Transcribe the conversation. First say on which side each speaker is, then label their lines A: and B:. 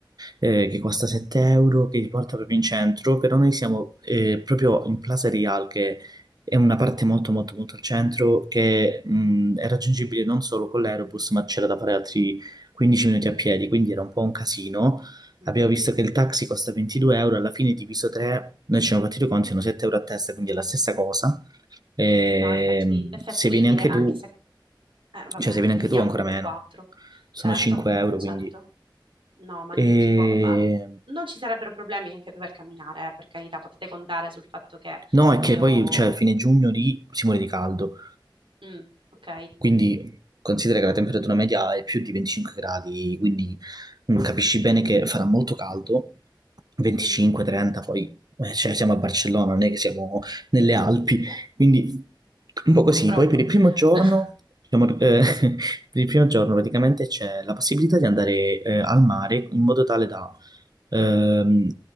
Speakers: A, on the right; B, on the right.
A: eh, che costa 7 euro che ti porta proprio in centro, però noi siamo eh, proprio in Plaza Real che è una parte molto molto molto al centro che mh, è raggiungibile non solo con l'aerobus ma c'era da fare altri 15 minuti a piedi, quindi era un po' un casino.
B: Mm.
A: Abbiamo visto che il taxi costa 22 euro, alla fine diviso 3, noi ci siamo fatti i conti, sono 7 euro a testa, quindi è la stessa cosa. Ehm,
B: Sì, no, è, fatti- è fattibile,
A: se vieni anche
B: anche
A: tu,
B: se, eh, vabbè,
A: cioè
B: <laughs>
A: se vieni
B: dividiamo
A: anche tu ancora
B: uno
A: meno,
B: per quattro.
A: sono
B: Certo,
A: 5 euro,
B: certo.
A: quindi...
B: No, magnifico.
A: E...
B: Ma non ci sarebbero problemi anche a dover camminare, eh, per carità, potete contare sul fatto che...
A: No, è
B: Io
A: che poi, cioè, a fine giugno lì si muore di caldo.
B: Mm, ok.
A: Quindi considera che la temperatura media è più di 25 gradi, quindi mm, capisci bene che farà molto caldo, 25-30,
B: Mhm,
A: poi eh, cioè, siamo a Barcellona, non è che siamo nelle Alpi, quindi un po' così.
B: Purtroppo.
A: Poi per il primo giorno,
B: <laughs>
A: diciamo, eh, <laughs>
B: Sì.
A: per il primo giorno praticamente c'è la possibilità di andare eh, al mare in modo tale da ehm,